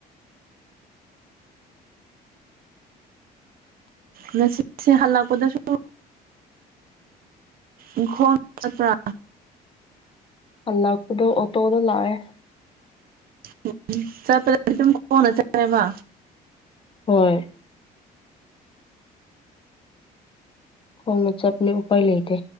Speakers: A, on the right (about 60°); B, on the left (about 30°).
A: ꯉꯁꯤꯁꯦ ꯍꯜꯂꯛꯄꯗꯁꯨ ꯏꯪꯈꯣꯟ ꯆꯠꯄ꯭ꯔꯥ
B: ꯍꯜꯂꯛꯄꯗꯣ ꯑꯣꯇꯣꯗ ꯂꯥꯛꯑꯦ
A: ꯎꯝ ꯆꯠꯄꯗꯗꯤ ꯑꯗꯨꯝ ꯈꯣꯡꯅ ꯆꯠꯂꯦꯕ
B: ꯍꯣꯏ ꯈꯣꯡꯅ ꯆꯠꯄꯅꯦ ꯎꯄꯥꯥꯏ ꯂꯩꯇꯦ